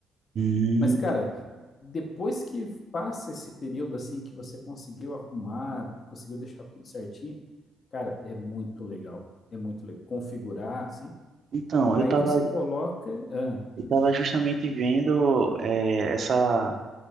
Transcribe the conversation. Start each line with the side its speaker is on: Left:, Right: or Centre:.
Right: Hum,
Left: Mas, cara, depois que passa esse período assim que você conseguiu arrumar, conseguiu deixar tudo certinho, cara, é muito legal. É muito legal. Configurar, assim.
Right: então,
Left: Aí
Right: eu estava
Left: você coloca. Ah,
Right: eu tava justamente vendo é, essa.